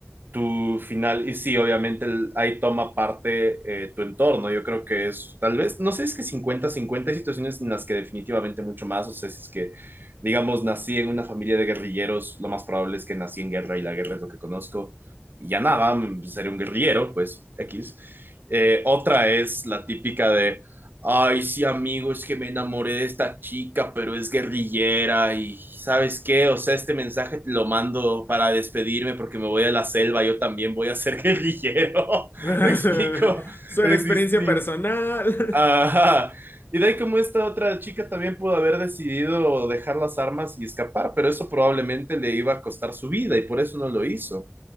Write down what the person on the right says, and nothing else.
tu final, y sí, obviamente el- ahí toma parte eh, tu entorno, yo creo que es tal vez, no sé, es que cincuenta cincuenta hay situaciones en las que definitivamente mucho más, o sea, si es que, digamos, nací en una familia de guerrilleros, lo más probable es que nací en guerra y la guerra es lo que conozco, y ya nada, mm, seré un guerrillero, pues X. Eh, otra es la típica de, Ay, sí, amigo, es que me enamoré de esta chica, pero es guerrillera y ¿sabes qué? O sea, este mensaje te lo mando para despedirme porque me voy a la selva, yo también voy a ser <laughs> guerrillero.
¿Me explico?
Es
distinto.
Ajá.
Y de ahí como esta otra chica también pudo haber decidido dejar las armas y escapar, pero eso probablemente le iba a costar su vida y por eso no lo hizo.